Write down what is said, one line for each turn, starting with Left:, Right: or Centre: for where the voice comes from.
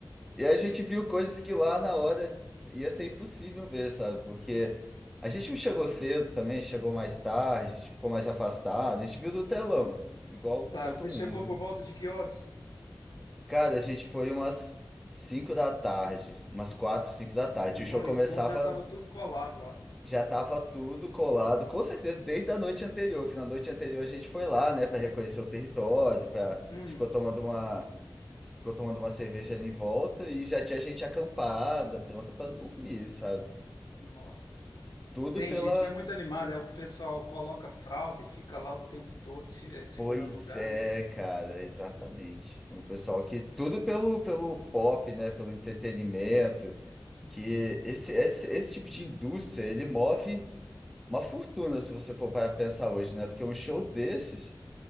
Centre: E aí a gente viu coisas que lá na hora ia ser impossível ver, sabe? Porque a gente não chegou cedo também, chegou mais tarde, a gente ficou mais afastado, a gente viu do telão, igual todo
Left: Tá, você
Centre: mundo,
Left: chegou por
Centre: né?
Left: volta de que horas?
Centre: Cara, a gente foi umas 5 da tarde, umas 4, 5 da tarde.
Left: Não,
Centre: O show começava,
Left: e o povo já tava tudo colado lá.
Centre: já tava tudo colado, com certeza desde a noite anterior, que na noite anterior a gente foi lá, né, para reconhecer o território, para
Left: Hum,
Centre: ficou tomando uma, ficou tomando uma cerveja ali em volta e já tinha gente acampada, pronta para dormir, sabe?
Left: nossa.
Centre: Tudo
Left: Tem
Centre: pela
Left: gente que é muito animada, é o pessoal coloca fralda e fica lá o tempo todo se, é, segurando
Centre: Pois
Left: lugar,
Centre: é,
Left: né?
Centre: cara, exatamente. Um pessoal que tudo pelo pelo pop, né, pelo entretenimento.
Left: É,
Centre: que esse, esse, esse tipo de indústria, ele move uma fortuna, se você for para pensar hoje, né? Porque um show desses,